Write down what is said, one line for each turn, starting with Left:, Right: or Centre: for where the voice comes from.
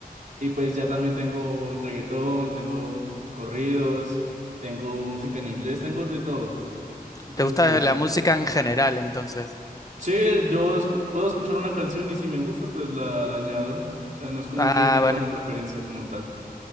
Right: y pues ya también tengo reggaetón, tengo corridos, tengo música en inglés, tengo de todo. Entonces,
Left: ¿Te gusta
Right: pues,
Left: la música en general entonces?
Right: sí, yo escu- puedo escuchar una canción y si me gusta, pues la, la añado. O sea, no es como
Left: Ah,
Right: que tenga
Left: bueno.
Right: una preferencia como tal.